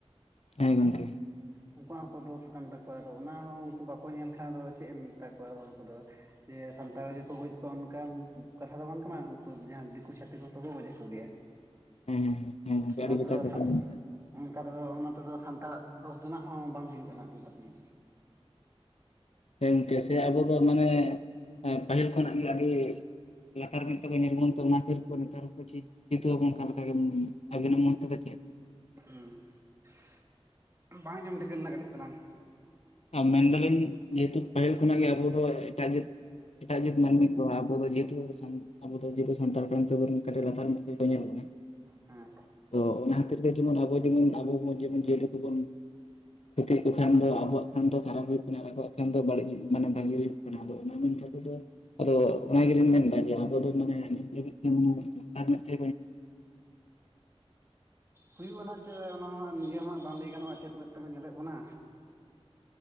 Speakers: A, on the left (about 85°); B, on the right (about 25°).
A: ᱦᱮᱸ ᱜᱚᱢᱠᱮ
B: ᱩᱱᱠᱩᱣᱟᱜ ᱦᱚᱸ ᱛᱚ ᱫᱳᱥ ᱠᱟᱱ ᱛᱟᱠᱚᱣᱟ ᱟᱫᱚ ᱚᱱᱟ ᱦᱚᱸ ᱩᱱᱠᱩ ᱵᱟᱠᱚ ᱧᱮᱞ ᱠᱷᱟᱱ ᱫᱚ ᱪᱮᱫ ᱮᱢ ᱢᱮᱛᱟ ᱠᱚᱣᱟ ᱦᱚᱲ ᱠᱚᱫᱚ। ᱡᱮ ᱥᱟᱱᱛᱟᱲ ᱜᱮᱠᱚ ᱜᱚᱡ ᱠᱚᱣᱟ ᱚᱱᱠᱟᱱ ᱠᱟᱛᱷᱟ ᱫᱚ ᱵᱟᱝ ᱠᱟᱱᱟ ᱩᱱᱠᱩ ᱡᱟᱦᱟᱸ ᱫᱤᱠᱩ ᱪᱷᱟᱹᱛᱤᱠ ᱦᱚᱸᱛᱚ ᱠᱚ ᱜᱚᱡᱮᱫ ᱠᱚᱜᱮᱭᱟ।
A: ᱦᱮᱸ ᱦᱮᱸ ᱦᱮᱸ ᱜᱚᱝᱠᱮ
B: ᱚᱱᱟ
A: ᱟᱹᱰᱤ ᱡᱚᱛᱷᱟᱛ
B: ᱛᱮᱫᱚ
A: ᱠᱟᱛᱷᱟ
B: ᱥᱟ
A: ᱵᱤᱱ ᱢᱮᱱ ᱠᱟᱜᱼᱟ
B: ᱚᱱᱠᱟ ᱛᱮᱫᱚ ᱚᱱᱟ ᱛᱮᱫᱚ ᱥᱟᱱᱛᱟᱲᱟᱜ ᱫᱚᱥ ᱼᱼ ᱛᱮᱱᱟᱜ ᱦᱚᱸ ᱵᱟᱝ ᱦᱩᱭᱩᱜ ᱠᱟᱱᱟ ᱚᱱᱠᱟᱛᱮ ᱢᱟ।
A: ᱦᱮᱸ ᱜᱚᱝᱠᱮ ᱥᱮ ᱟᱵᱚ ᱫᱚ ᱢᱟᱱᱮ ᱯᱟᱹᱦᱤᱞ ᱠᱷᱚᱱᱟᱜ ᱜᱮ ᱟᱹᱰᱤ ᱼᱼ ᱞᱟᱛᱟᱨ ᱢᱮᱫ ᱛᱮᱠᱚ ᱧᱮᱞ ᱵᱚᱱ ᱛᱮ ᱚᱱᱟ ᱠᱷᱟᱹᱛᱤᱨ ᱠᱚ ᱢᱮᱛᱟᱢᱟ ᱠᱚ ᱡᱮ ᱼᱼ ᱠᱤᱱᱛᱩ ᱟᱵᱚᱱ ᱚᱱᱠᱟ ᱞᱮᱠᱟ ᱜᱮ ᱟᱵᱤᱱᱟᱜ ᱢᱮᱱᱛᱮ ᱫᱚ ᱪᱮᱫ?
B: ᱦᱩᱸ ᱵᱟᱝ ᱟᱸᱡᱚᱢ ᱴᱷᱤᱠᱟᱹ ᱞᱮᱱᱟ ᱠᱟᱹᱴᱤᱡ ᱛᱟᱞᱟᱝ।
A: ᱢᱮᱱᱫᱟᱞᱤᱧ ᱡᱮᱦᱮᱛᱩ ᱯᱟᱹᱦᱤᱞ ᱠᱷᱚᱱᱟᱜ ᱜᱮ ᱟᱵᱚ ᱫᱚ ᱮᱴᱟᱜ ᱜᱮ ᱮᱴᱟᱜ ᱡᱟᱹᱛ ᱢᱟᱱᱢᱤ ᱠᱚ ᱟᱵᱚ ᱫᱚ ᱡᱮᱦᱮᱛᱩ ᱥᱟᱱ ᱟᱵᱚ ᱫᱚ ᱡᱮᱦᱮᱛᱩ ᱥᱟᱱᱛᱟᱲ ᱠᱟᱱ ᱛᱮᱵᱚᱱ ᱠᱟᱹᱴᱤᱡ ᱞᱟᱛᱟᱨ ᱢᱮᱫ ᱛᱮᱜᱮ ᱠᱚ ᱧᱮᱞ ᱵᱚᱱᱟ᱾
B: ᱦᱮᱸ
A: ᱛᱚ ᱚᱱᱟ ᱠᱷᱟᱹᱛᱤᱨ ᱜᱮ ᱡᱮᱢᱚᱱ ᱟᱵᱚ ᱡᱮᱢᱚᱱ ᱠᱷᱟᱹᱛᱤᱨ ᱜᱮ ᱟᱵᱚ ᱡᱮᱢᱚᱱ ᱡᱤᱭᱟᱹᱞᱤ ᱠᱚᱵᱚᱱ ᱠᱷᱚᱛᱤᱭᱮᱜ ᱠᱚ ᱛᱟᱦᱮᱱ ᱫᱚ ᱟᱵᱚᱣᱟᱜ ᱮᱱᱠᱷᱟᱱ ᱫᱚ ᱠᱷᱟᱨᱟᱯ ᱦᱩᱭᱩᱜ ᱠᱟᱱᱟ ᱟᱨ ᱟᱵᱚᱣᱟᱜ ᱠᱷᱟᱱ ᱫᱚ ᱵᱟᱹᱲᱤᱡ ᱦᱩᱭᱩ ᱢᱟᱱᱮ ᱵᱷᱟᱹᱜᱤ ᱦᱩᱭᱩᱜ ᱠᱚᱱᱟ ᱟᱫᱚ ᱚᱱᱟ ᱢᱮᱱ ᱠᱟᱛᱮ ᱫᱚ ᱟᱫᱚ ᱚᱱᱟ ᱜᱮᱞᱤᱧ ᱢᱮᱱᱫᱟ ᱡᱮ ᱟᱵᱚ ᱫᱚ ᱢᱟᱱᱮ ᱡᱟᱹᱱᱤᱡ ᱠᱷᱟᱱ ᱟᱨ ᱢᱤᱫ ᱛᱮ
B: ᱦᱩᱭᱩᱜᱼᱟ ᱱᱟᱜ ᱪᱮ ᱚᱱᱟ ᱢᱟ ᱦᱟᱸᱜ ᱱᱤᱡᱮ ᱦᱚᱸ ᱵᱟᱝ ᱞᱟᱹᱭ ᱜᱟᱱᱚᱜᱼᱟ ᱪᱮᱫ ᱢᱮᱫ ᱛᱮᱠᱚ ᱧᱮᱞᱮᱫ ᱵᱚᱱᱟ᱾